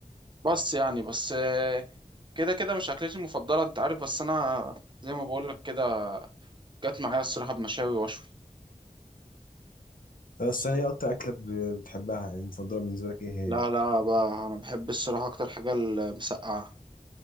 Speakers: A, on the right (about 35°); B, on the left (about 80°).
A: بس يعني بس آه كده كده مش اكلتي المفضلة انت عارف بس انا زي ما بقولك كده جت معايا الصراحة بمشاوي وشوي
B: بس ثانية اكتر اكله ب- بتحبها المفضله بالنسبه لك ايه هي
A: لا لا بقى انا بحب الصراحه اكتر حاجه المسقعه